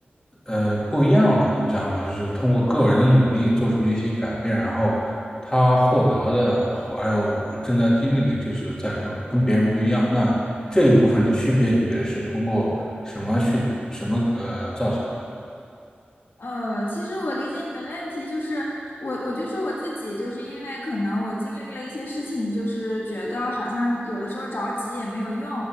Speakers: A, on the left (about 20°); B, on the left (about 75°).
A: 呃，不一样了，你知道吗？就是通过个人的努力做出了一些改变，然后他获得的，还有呃正在经历的，就是在跟跟别人不一样。那这一部分的区别，你觉得是通过什么去什么呃造成的？
B: 呃，其实我理解你的问题，就是我我就说我自己，就是因为可能我经历了一些事情，就是觉得好像有的时候着急也没有用，